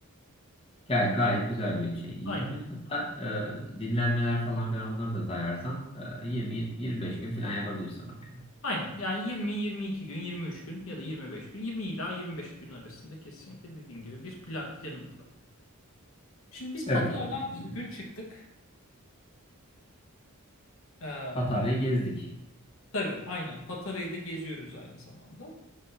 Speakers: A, on the left (about 25°); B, on the left (about 65°).
A: Gay gayet güzel bir şey. 20
B: Aynen.
A: gün hatta e, dinlenmeler falan filan onları da sayarsan e, 20-25 gün falan yapabilirsin. onu.
B: Aynen. Yani 20-22 gün, 23 gün ya da 25 gün, 20 ila 25 gün arasında kesinlikle dediğin gibi bir plan, planımız var. Şimdi biz
A: Evet
B: Patara'dan
A: abi şimdi
B: ilk gün çıktık. Ee,
A: Patara'yı gezdik.
B: tabii aynen. Patara'yı da geziyoruz aynı zamanda.